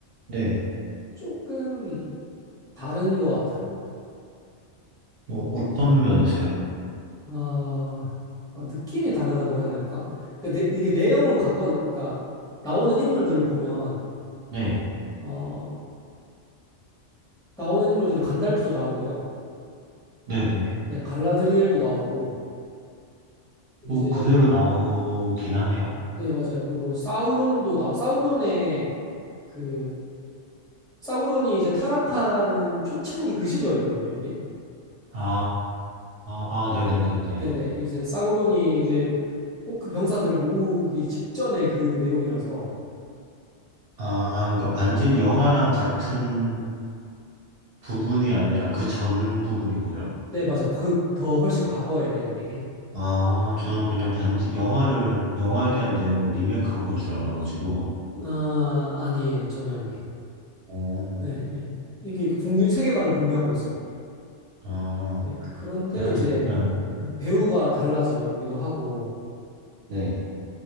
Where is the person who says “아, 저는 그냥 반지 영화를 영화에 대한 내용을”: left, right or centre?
Right